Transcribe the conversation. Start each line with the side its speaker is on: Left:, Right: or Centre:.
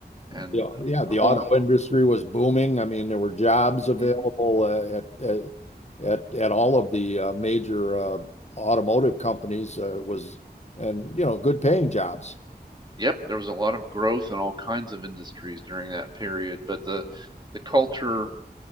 Right: and
Left: Yeah, yeah, the
Right: home.
Left: auto industry was booming. I mean, there were jobs available
Right: mm-hmm.
Left: uh, at, at at at all of the uh, major uh, automotive companies uh, was and you know good paying jobs.
Right: Yep, there was a lot of growth in all kinds of industries during that period, but the the culture